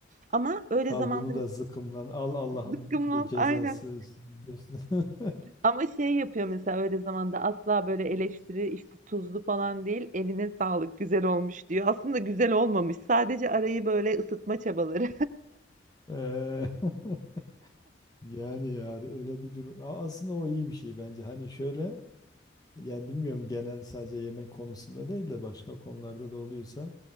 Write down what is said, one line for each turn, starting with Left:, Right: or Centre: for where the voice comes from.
Right: Ama öyle
Left: Al
Right: zamanda
Left: bunu da zıkkımlan. Al Allah'ın
Right: zıkkımlan
Left: be- cezası.
Right: aynen
Left: diyorsun. <laughs>
Right: Ama şey yapıyor mesela öyle zamanda asla böyle eleştiri işte tuzlu falan değil eline sağlık güzel olmuş diyor. Aslında güzel olmamış sadece arayı böyle ısıtma çabaları.
Left: Eee, <laughs> yani ya öyle bir durum. A- Aslında o iyi bir şey bence. Hani şöyle Yani bilmiyorum genel sadece yemek konusunda değil de başka konularda da oluyorsa.